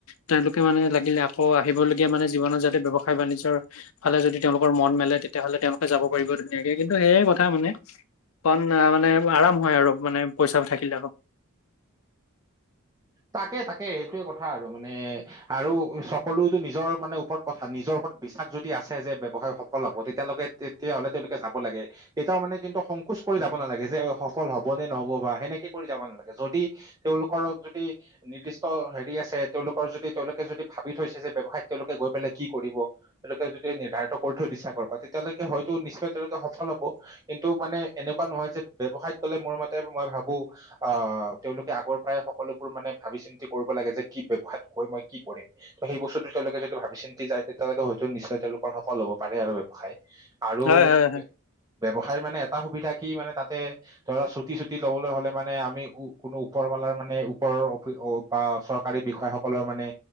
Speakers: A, on the left (about 70°); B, on the right (about 15°).
A: তেওঁলোকে মানে লাগিলে আকৌ আহিবলগীয়া মানে জীৱনত যাতে ব্যৱসায় বাণিজ্যৰ ফালে যদি তেওঁলোকৰ মন মেলে তেতিয়য়াহ'লে তেওঁলোকে যাব পাৰিব ধুনীয়াকে কিন্তু সেয়ে কথা মানে অন মানে আৰাম হয় আৰু মানে পইচা থাকিলে আৰু
B: তাকে তাকে সেইটোৱে কথা আৰু মানে আৰু সকলোতো নিজৰ মানে ওপৰত কথা নিজৰ ওপৰত বিশ্বাস যদি আছে যে ব্যৱসায়ীসকলে হ'ব তেতিয়ালৈকে তেতিয়া হলে তেওঁলোকে যাব লাগে তেতিয়াও মানে কিন্তু সংকোচ কৰি যাব নালাগে যে সফল হব নে নহব বা সেনেকে কৰি যাব নালাগে যদি তেওঁলোকৰ যদি নিৰ্দিষ্ট হেৰি আছে তেওঁলোকৰ যদি তেওঁলোকে যদি ভাবি থৈছে যে ব্যৱসায়ত তেওঁলোকে গৈ পেলাই কি কৰিব তেওঁলোকে যদি নিৰ্ধাৰিত কৰি থৈ দিছা কৰা তেতিয়ালৈকে হয়তো নিশ্চয় তেওঁলোকে সফল হব কিন্তু এইটো মানে এনেকুৱা নহয় ব্যৱসায়ত গ'লে মোৰ মতে মই ভাবো আহ তেওঁলোকে আগৰ পৰাই সকলোবোৰ মানে ভাবি চিন্তি কৰিব লাগে যে কি ব্যয়ৱসায়ত কৈ মই কি কৰিম ত সেই বস্তুতটো তেওঁলোকে যদি ভাবি চিন্তি যায় তেতিয়ালৈকে হয়তো নিশ্চয় তেওঁলোকৰ সফল হব পাৰে আৰু ব্যয়ৱসায় আৰু
A: হয়
B: উ
A: হয় হয়।
B: ব্যৱসায় মানে এটা সুবিধা কি মানে তাতে ধৰা চুটি চুটি লবলৈ হলে মানে আমি উ কোনো ওপৰবালাৰ মানে ওপৰৰ অফ বা চৰকাৰী বিষয়াসকলৰ মানে